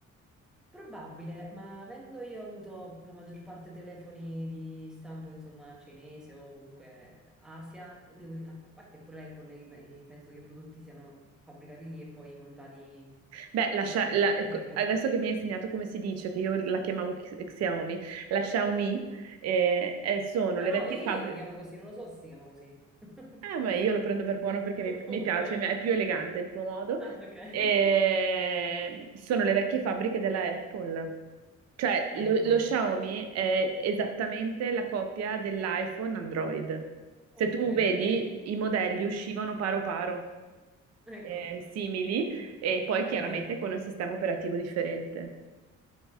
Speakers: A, in the centre; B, on the right.
A: Probabile, ma avendo io avuto la maggior parte telefoni di stampo, insomma, cinese o comunque Asia, devo dire, a parte pure l'Apple, i- i- penso che i prodotti siano fabbricati lì e poi montati,
B: Beh, la
A: suppongo,
B: Xia- la-
A: in
B: ecco,
A: America,
B: adesso
A: no?
B: che mi hai insegnato come si dice, che io la chiamavo X- Xiaomi, la Xiaomi eh, eh, sono
A: Ah
B: le
A: no,
B: vecchie
A: io
B: fabbriche.
A: lo chiamo così, non lo so se si chiama così. <laughs>
B: Ah, ma io lo prendo per buono perché mi, mi
A: Ok,
B: piace, mi- è più elegante il tuo modo.
A: ah ok, <laughs>
B: E sono le vecchie fabbriche della Apple. Cioè,
A: ecco,
B: lo, lo Xiaomi è esattamente la copia dell'iPhone Android. Se
A: ok,
B: tu vedi,
A: ok,
B: i modelli uscivano paro paro,
A: ecco,
B: eh, simili, e poi
A: è
B: chiaramente
A: vero.
B: con un sistema operativo differente.